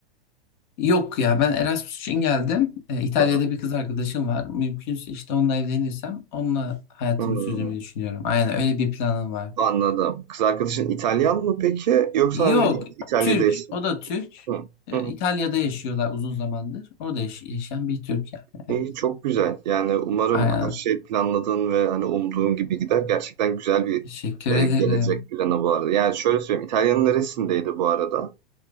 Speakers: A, on the left; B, on the right.
A: Yok ya ben Erasmus için geldim. E, İtalya'da
B: Hı hı.
A: bir kız arkadaşım var. Mümkünse işte onunla evlenirsem onunla hayatımı
B: Hmm.
A: sürdürmeyi düşünüyorum. Aynen öyle bir planım var.
B: Anladım. Kız arkadaşın İtalyan mı peki? Yoksa
A: Yok
B: hani İtalya'da
A: Türk.
B: yaşıyor.
A: O da Türk.
B: Hı.
A: E,
B: Hı hı.
A: İtalya'da yaşıyorlar uzun zamandır. Orada yaş- yaşayan bir Türk yani.
B: İyi,
A: Evet.
B: çok güzel. Yani umarım
A: Aynen.
B: her şey planladığın ve hani umduğun gibi gider. Gerçekten güzel bir
A: Teşekkür
B: e,
A: ederim.
B: gelecek planı bu arada. Yani şöyle söyleyeyim. İtalya'nın neresindeydi bu arada?